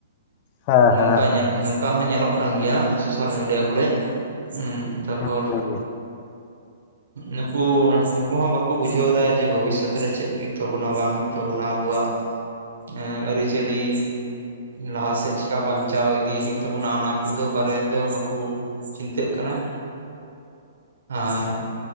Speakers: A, on the left; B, on the right.
A: ᱦᱮᱸ
B: ᱱᱚᱝᱠᱟ
A: ᱦᱮᱸ ᱦᱮᱸ
B: ᱧᱮᱞ ᱱᱚᱝᱠᱟ ᱦᱚᱸ ᱧᱮᱞᱚᱜ ᱠᱟᱱ ᱜᱮᱭᱟ ᱥᱳᱥᱟᱞ ᱢᱤᱰᱤᱭᱟ ᱠᱚᱨᱮᱡ ᱮᱸ ᱛᱟᱨᱯᱚᱨ
A: ᱦᱮᱸ ᱦᱮᱸ
B: ᱱᱩᱠᱩ ᱱᱩᱠᱩ ᱦᱚᱸ ᱵᱟᱠᱩ ᱵᱩᱡᱷᱟᱹᱣᱫᱟ ᱡᱮ ᱵᱷᱚᱵᱤᱥᱚᱛ ᱨᱮ ᱪᱮᱫ ᱦᱩᱭᱩᱜ ᱛᱟᱵᱚᱱᱟ ᱵᱟᱝ ᱦᱩᱭᱩᱜ ᱛᱟᱵᱚᱱᱟ ᱟᱵᱚᱣᱟᱜ ᱮᱸ ᱟᱹᱨᱤᱪᱟᱹᱞᱤ ᱞᱟᱦᱟ ᱥᱮᱫ ᱪᱤᱠᱟ ᱵᱟᱧᱪᱟᱣ ᱤᱫᱤ ᱦᱳᱭᱳᱜ ᱛᱟᱵᱚᱱᱟ ᱚᱱᱟ ᱠᱚᱫᱚ ᱵᱟᱨᱮ ᱫᱚ ᱵᱟᱠᱩ᱾ ᱪᱤᱱᱛᱟᱹᱜ ᱠᱟᱱᱟ᱾ ᱟᱨ